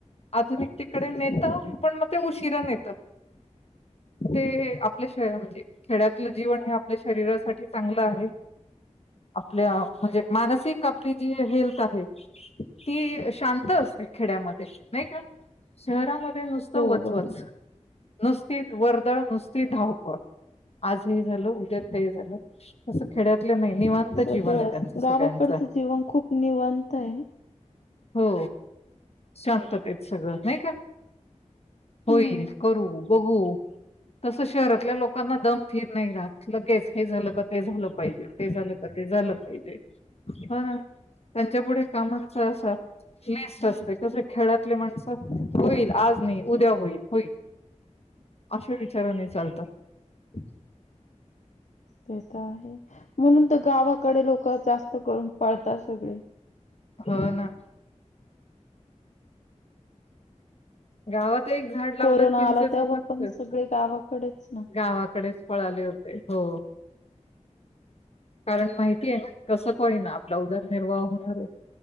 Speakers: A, on the left (about 55°); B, on the left (about 75°).
A: आधुनिक तिकडे नेत पण मग ते उशिरा नेत ते आपल्या श म्हणजे खेड्यातलं जीवन हे आपल्या शरीरासाठी चांगलं आहे आपल्या म्हणजे मानसिक आपली जी हेल्थ आहे ती शांत असते खेड्यामध्ये नाही का शहरामध्ये नुसतं
B: हो
A: वचवच
B: बरं.
A: नुसतीच वर्दळ नुसती धावपळ आजही झालं उद्या तेही झालं तस खेड्यातलं नाही निवांत
B: सगळंच
A: जीवन आहेत अस
B: गावाकडचं
A: काच
B: जीवन खूप निवांत आहे ना.
A: हो शांततेत सगळं नाही का होईल
B: हं.
A: करू बघू तस शहरातल्या लोकांना दम थीर नाही राहात लगेच हे झालं हे झालं पाहिजे ते झालं का ते झालं पाहिजे ह ना त्यांच्या पुुढे कामांचा असा नस्ट असते कस खेळातले माणस होईल आज नाही उद्या होईल होईल अशा विचाराने चालतात
B: ते तर आहे म्हणून तर गावाकडे लोक जास्त करून पळतात सगळे
A: हो ना गावात एक झाड लावलं
B: कोरोना
A: चिंचेचं
B: आला तेव्हा
A: फक्त
B: पण सगळे गावाकडेच ना.
A: गावाकडेच पळाले होते हो कारण माहिती आहे ना कसं काय होईना आपला उदारनिर्वाह होणार आहे